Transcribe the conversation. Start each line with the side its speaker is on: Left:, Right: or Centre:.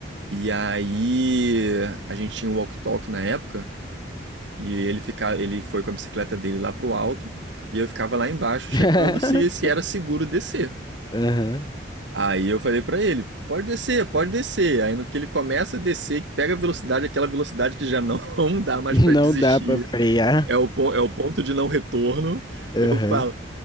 Right: E aí a gente tinha um walk-talk na época, e ele, fica, ele foi com a bicicleta dele lá pro alto, e eu ficava lá embaixo checando
Left: <laughs>
Right: se, se era seguro descer.
Left: Aham.
Right: Aí eu falei pra ele, pode descer, pode descer. Aí no que ele começa a descer, que pega a velocidade, aquela velocidade que já não <laughs> dá mais
Left: Não
Right: pra desistir,
Left: dá pra frear.
Right: é o, pon- é o ponto de não retorno.
Left: Aham.
Right: Eu falo,